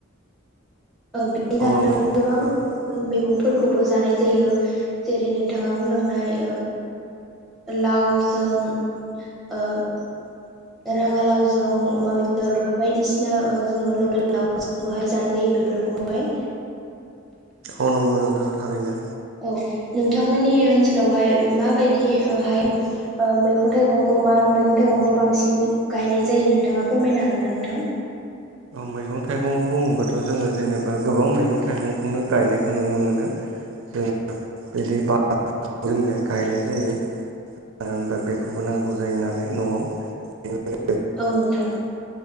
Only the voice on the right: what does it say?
औ
नंगौ नोंथां
थारैनो
अ नंगौ नोंथां थारैनो
मैगं थाइगं बुङोबाथ' जोङो जेनेबा गोबां मैगं थाइगंखौनो गायनायखौ नुनो मोनो जों बिदि बा जों गायनाय जायो मानो होनबा बेखौबो नांगौ जायो नालाय न'आव बे